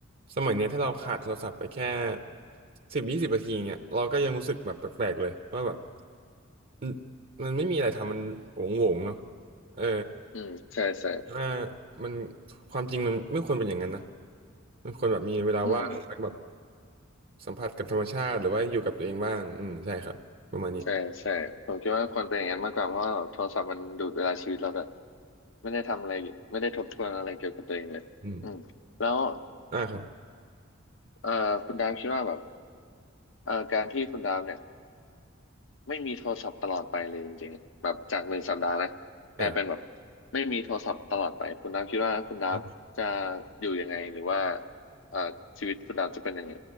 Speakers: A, on the right; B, on the left.
A: สมัยเนี้ยถ้าเราขาดโทรศัพท์ไปแค่สิบยี่สิบนาทีเนี่ยเราก็ยังรู้สึกแบบแปลกๆเลยว่าแบบ อืมมันไม่มีอะไรทำมันโงงๆเนาะเออ
B: อืมใช่ใช่
A: ว่ามันความจริงมันไม่ควรเป็นอย่างนั้นนะมันควรแบบมีเวลาว่างไปแบบ
B: อืม
A: สัมผัสกับธรรมชาติหรือว่าอยู่กับตัวเองบ้างอืมใช่ครับประมาณนี้
B: ใช่ใช่ผมคิดว่าควรเป็นอย่างนั้นมากกว่าเพราะว่าโทรศัพท์มันดูดเวลาชีวิตเราด้วยไม่ได้ทำอะไรไม่ได้ทบทวนอะไรเกี่ยวกับตัวเองเลยอืมแล้ว
A: อืมอ่าครับ
B: เอ่อคุณดาวคิดว่าแบบ เอ่อการที่คุณดาวเนี่ยไม่มีโทรศัพท์ตลอดไปเลยจริงๆอะแบบจากหนึ่งสัปดาห์นะกลายเป็นแบบ
A: อ่า
B: ไม่มีโทรศัพท์ตลอดไปคุณดาวคิดว่าคุณดาวจะ
A: ครับ
B: อยู่ยังไงหรือว่าเอ่อชีวิตคุณดาวจะเป็นยังไง